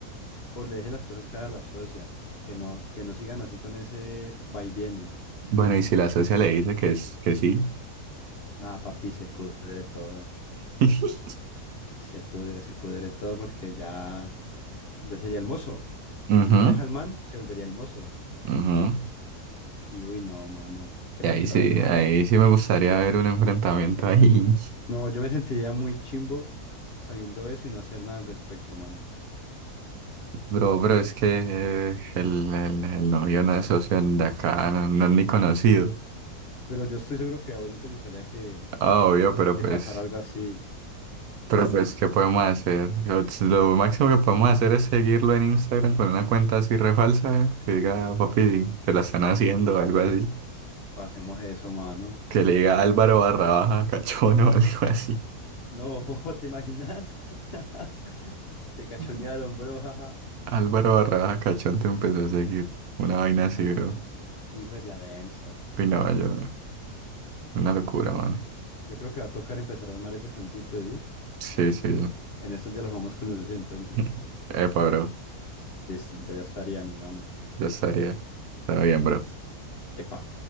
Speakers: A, on the left (about 50°); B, on the right (about 75°).
A: o le deje las cosas claras a la socia. Que no, que no sigan así con ese va y viene.
B: Bueno, y si la socia le dice que, es, que sí.
A: Nada, papi, se pudre todo.
B: <laughs>
A: Se pudre, se pudre todo porque ya, ya sería el mozo.
B: Ujú,
A: Si no deja al man, se volvería el mozo.
B: ujú.
A: Y uy, no, mano. Qué
B: Y
A: pecado
B: ahí sí,
A: el man.
B: ahí sí me gustaría ver un enfrentamiento ahí.
A: No, yo me sentiría muy chimbo sabiendo eso y no hacer nada al respecto, mano.
B: Bro, bro, es que eh, el, el, el novio no es socio de acá, no, no es ni conocido.
A: Pero yo estoy seguro que a vos no te gustaría que,
B: Ah, Obvio, pero
A: que
B: pues,
A: pasara algo así.
B: pero pues, ¿qué podemos hacer? Lo, lo máximo que podemos hacer es seguirlo en Instagram con una cuenta así refalsa, que diga, papi, te la están haciendo, o algo así.
A: Pasemos eso, mano.
B: Que le diga Álvaro barra baja cachón <laughs> o algo así.
A: No, <laughs> ¿te imaginas? <laughs> Te cachonearon,
B: <laughs>
A: bro, jaja.
B: Álvaro barra baja cachón te empezó a seguir. Una vaina así,
A: Mano,
B: bro.
A: uy, sería denso.
B: Y no, yo, una locura,
A: Yo,
B: mano.
A: yo creo que va a tocar empezar a armar ese plancito, ¿dis?
B: Sí, sí.
A: En en estos días lo armamos con los 60, entonces.
B: <laughs> Epa, bro,
A: Listo, entonces ya estaría mi mano.
B: ya estaría. Está bien, bro.
A: Epa.